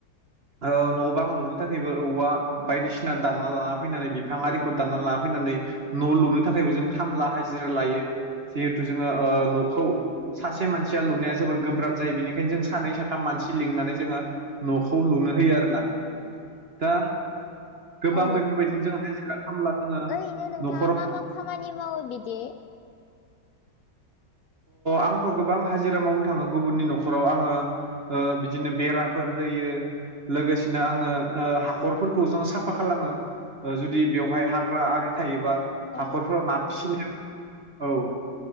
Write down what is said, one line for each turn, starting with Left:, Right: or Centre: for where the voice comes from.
Right: न' बां लुनो थाखायबो औवा। बायदिसिना दानना लाना फैनानै बिफा आरिखौ दानना लाना फैनानै न' लुनो थाखायबो जों खामला हाजिरा लायो जिहेथु जोंङो ओ न'खौ सासे मानसिया लुनाया जोबोर गोब्राब जायो। बेनिखायनो जों सानै साथाम मानसि लिंनानै जोंङो न'खौ लुनो होयो आरो ना दा। गोबां
Left: औ
Right: बेफोरबायदिनो जों हाजिरा खामला जोंङो
Left: ओरैनो नोंथाङा
Right: न'खराव
Left: मा मा खामानि मावो बिदि
Right: आंथ' गोबां हाजिरा मावनो थांङो गुबुननि न'खराव आंङो। ओ बिदिनो बेराफोर होयो। लोगोसेनो जोंङो ओ हाखरफोरखौ जों साफा खालामो। जुदि बेवहाय हाग्रा आरि थायोबा हाखरफोराव
Left: औ
Right: ना फिसिनायाव औव